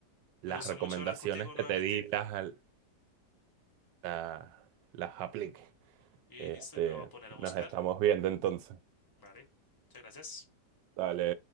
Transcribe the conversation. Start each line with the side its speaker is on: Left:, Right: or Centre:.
Right: las
Left: Me gusta
Right: recomendaciones
Left: mucho hablar contigo nuevamente.
Right: que te di las, la- las aplique.
Left: Y
Right: Este,
Left: listo, y me voy a poner
Right: nos
Left: a buscar.
Right: estamos viendo entonces.
Left: Vale. Muchas gracias.
Right: Dale.